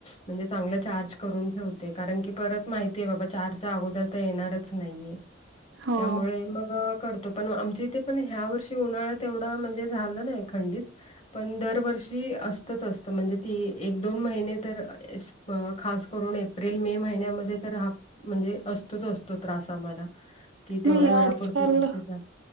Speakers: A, on the left (about 35°); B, on the right (about 85°).
A: म्हणजे चांगलं चार्ज करून ठेवते कारण की परत माहितीय बाबा चार्जच्या अगोदर तर येणारच नाहीय
B: हो.
A: त्यामुळे मग करतो पण आमच्या इथे पण ह्या वर्षी उन्हाळ्यात तेवढा म्हणजे झालं नाही खंडित पण दरवर्षी असतच असत म्हणजे ती एक दोन महिने तर अ खास करून एप्रिल मे महिन्यामध्ये जर हा म्हणजे असतोच असतो त्रास आम्हाला कि तेवढ्या
B: नाही
A: वेळापुरती
B: आजकाल
A: तुमचीात